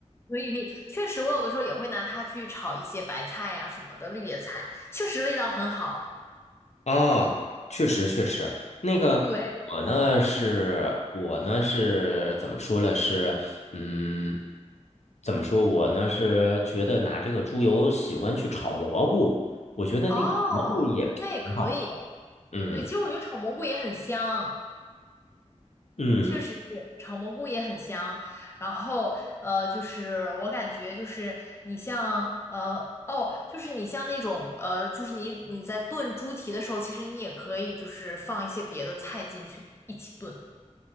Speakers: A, on the left; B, on the left.
A: 可以可以，确实，我有的时候也会拿它去炒一些白菜呀、什么的，绿叶菜，确实味道很好。
B: 啊，确实确实，那个我呢是，
A: 对，
B: 我呢是怎么说呢？是，嗯，怎么说？我呢是觉得拿这个猪油喜欢去炒蘑菇，我觉得那个蘑菇也挺好的。
A: 哦，那也可以。
B: 嗯
A: 对，其实我觉得炒蘑菇也很香，
B: 嗯，
A: 确实是炒蘑菇也很香。然后呃，就是我感觉就是你像呃哦，就是你像那种呃，就是你你在炖猪蹄的时候，其实你也可以就是放一些别的菜进去一起炖。